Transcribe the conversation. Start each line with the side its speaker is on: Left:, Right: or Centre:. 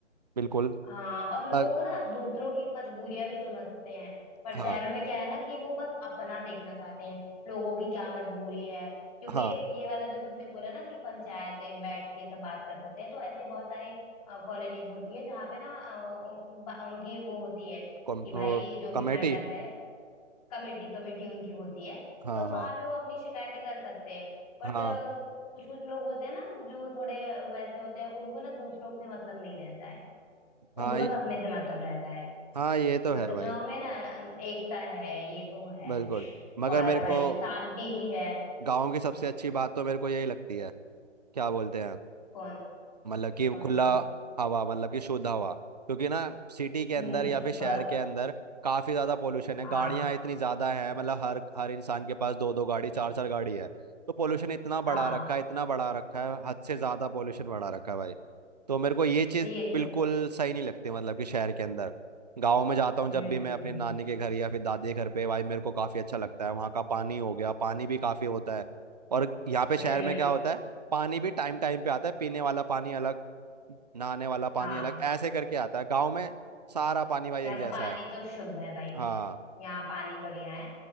Right: बिल्कुल
Left: हाँ और
Right: अ-
Left: लोग ना दूसरों की मजबूरियां भी समझते हैं पर
Right: हाँ
Left: शहरों में क्या है ना कि वो बस अपना देखना चाहते हैं लोगों की क्या मजबूरी है क्योंकि
Right: हाँ
Left: ये वाला जो तुमने बोला ना कि पंचायतें बैठ के सब बात कर सकते हैं तो ऐसे बहुत सारे कॉलोनीज होती है जहाँ पे ना अ, उ- बा- उनकी वो होती है
Right: कम,
Left: कि भाई
Right: वो,
Left: जो भी
Right: कमेटी
Left: मैटर है कमेटी कमेटी उनकी होती है
Right: हाँ
Left: तो वहां
Right: हाँ
Left: पे वो अपनी शिकायतें कर सकते हैं बट
Right: हाँ
Left: कुछ कुछ लोग होते हैं ना जो थोड़े वैसे होते हैं उनको ना दूसरों से मतलब नहीं रहता है
Right: हाँ
Left: उनको बस
Right: ये-
Left: अपने से मतलब रहता है
Right: हाँ ये तो
Left: बट
Right: है भाई
Left: गांव में ना एकता है ये तो है
Right: बिल्कुल मगर
Left: और
Right: मेरे
Left: भाई
Right: को
Left: शांति भी है
Right: गांव की सबसे अच्छी बात तो मेरे को यही लगती है क्या बोलते हैं
Left: कौन
Right: मतलब कि
Left: कौन
Right: खुला
Left: सी
Right: हवा मतलब कि शुद्ध हवा क्योंकि ना सिटी के
Left: हम्म,
Right: अंदर या फिर शहर
Left: ब,
Right: के अंदर काफी ज्यादा पोल्यूशन है
Left: हाँ
Right: गाड़ियां इतनी ज्यादा है मतलब हर हर इंसान के पास दो दो गाड़ी चार चार गाड़ी है तो पोल्यूशन इतना
Left: हाँ
Right: बढ़ा रखा है इतना बढ़ा रखा है हद से ज्यादा पोल्यूशन बढ़ा रखा है भाई तो मेरे को ये चीज
Left: ये
Right: बिल्कुल
Left: तो है
Right: सही नहीं लगती मतलब कि शहर के अंदर गाँव में जाता हूँ
Left: हम्म
Right: जब भी मैं अपने नानी
Left: हम्म
Right: के घर या फिर दादी के घर पे भाई मेरे को काफी अच्छा लगता है वहाँ का पानी हो गया पानी भी काफी होता है और यहाँ पे शहर
Left: हम्म
Right: में क्या
Left: हम्म,
Right: होता है पानी भी टाइम टाइम पे आता है पीने वाला पानी अलग नहाने वाला पानी
Left: हाँ
Right: अलग ऐसे करके आता है गांव में सारा पानी भाई
Left: यहाँ
Right: एक जैसा
Left: तो पानी
Right: है
Left: तो शुद्ध है भाई
Right: हाँ
Left: यहाँ पानी बढ़िया है